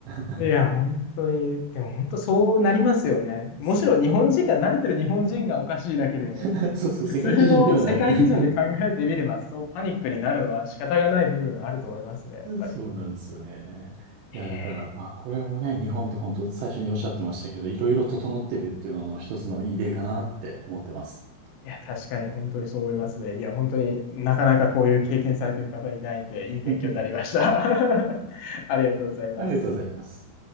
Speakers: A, on the right; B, on the left.
A: 波。
B: ー。
A: <laughs>
B: いや、本当に、でも本当そうなりますよね。むしろ日本人が慣れてる日本人がおかしいだけで、
A: そう。<laughs> そうそう、
B: 普通の世界基準で考えてみれば、
A: 世界基準ではない。<laughs>
B: そうパニックになるのは仕方がない部分はあると思いますね、やっぱり。
A: そうなんですよね。
B: へえ
A: いや、だから、まあ、これもね、日本って本当最初におっしゃってましたけど、いろいろ整ってるっていうのの一つのいい例かなって思ってます。
B: いや、確かに本当にそう思いますね。いや、本当になかなかこういう経験されてる方いないんで、いい勉強になりました。
A: <laughs> あ
B: <laughs> ありがとうございます。
A: りがとうございます。